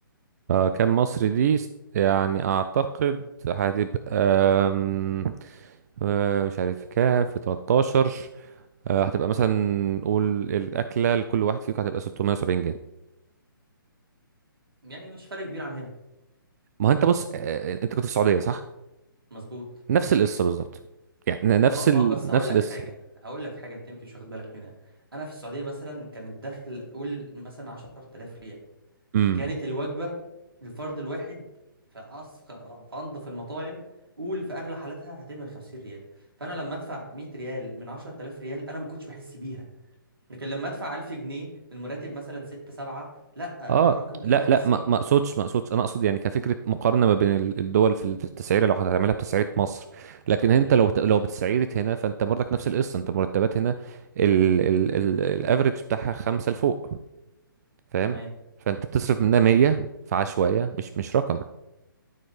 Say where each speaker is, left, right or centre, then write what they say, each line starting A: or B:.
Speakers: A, on the right; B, on the right.
A: آه كام مصري دي س- يعني اعتقد هتبقى آم، آه، مش عارف كام في 13 آه، هتبقى مثلا نقول الاكله لكل واحد فيكم هتبقى 670 جنيه
B: يعني مش فرق كبير عن هنا
A: ما هو انت بص آه، آه، انت كنت في السعوديه صح
B: مظبوط
A: نفس القصه بالظبط يعني نفس
B: ما هو
A: ال...
B: ما هو بس هقول
A: نفس
B: لك
A: القصه
B: حاجه هقول لك حاجه انت يمكن مش واخد بالك منها انا في السعوديه مثلا كان الدخل قول مثلا 10000 ريال
A: امم
B: كانت الوجبه للفرد الواحد في أصغ... في انظف المطاعم قول في اغلى حالاتها هتعمل 50 ريال فانا لما ادفع 100 ريال من 10000 ريال انا ما كنتش بحس بيها لكن لما ادفع 1000 جنيه من مرتب مثلا 6 7 لا
A: اه
B: رقم كبير
A: لا
B: احس
A: لا ما
B: بيه
A: ما اقصدش ما اقصدش انا اقصد يعني كفكره مقارنه ما بين ال- الدول في التسعيره لو هتعملها بتسعيره مصر لكن انت
B: امم
A: لو ت- لو بتسعيره هنا فانت برضك نفس القصه انت مرتبات هنا ال ال ال الافريج بتاعها خمسه لفوق فاهم
B: تمام
A: فانت بتصرف منها 100 في عشوائيه مش مش رقم